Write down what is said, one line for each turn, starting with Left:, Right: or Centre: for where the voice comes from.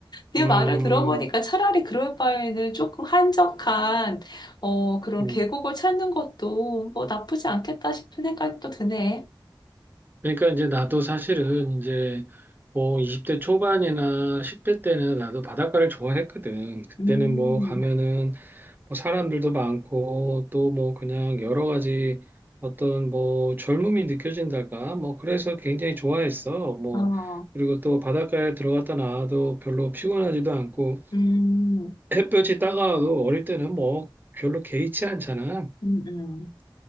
Left: 네
Right: 음,
Left: 말을 들어보니까 차라리 그럴 바에는 조금 한적한, 어, 그런
Right: 음.
Left: 계곡을 찾는 것도 뭐 나쁘지 않겠다 싶은 생각이 또 드네.
Right: 그러니까 이제 나도 사실은 이제 뭐 20대 초반이나 10대 때는 나도 바닷가를 좋아했거든. 그때는
Left: 음,
Right: 뭐 가면은 뭐 사람들도 많고 또 뭐 그냥 여러 가지 어떤 뭐 젊음이 느껴진달까? 뭐 그래서 굉장히 좋아했어. 뭐
Left: 아,
Right: 그리고 또 바닷가에 들어갔다 나와도 별로 피곤하지도 않고
Left: 음,
Right: 햇볕이 따가워도 어릴 때는 뭐 별로 개의치 않잖아.
Left: 음, 음,